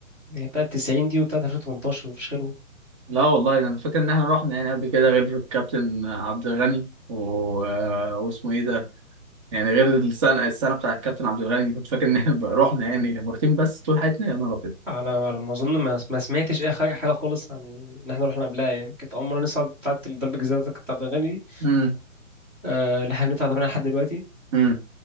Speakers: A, in the centre; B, on the right (about 25°).
A: يعني بتاع 90 دي وبتاع 2018 مفيش غيرهم
B: لا والله انا فاكر ان احنا رحنا يعني قبل كده غير الكابتن عبد الغني و... واسمه ايه ده؟ يعني غير السنه السنه بتاع الكابتن عبد الغني كنت فاكر ان احنا بقى رحنا يعني مرتين بس طول حياتنا يا نهار ابيض
A: على على ما اظن ما ما سمعتش اي حاجه حاجه خالص عن ان احنا رحنا قبلها يعني كانت اول مره نصعد بتاعت الضرب الجزيره بتاعت الاغاني دي
B: امم
A: آه، اللي احنا بندفع ثمنها لحد دلوقتي
B: امم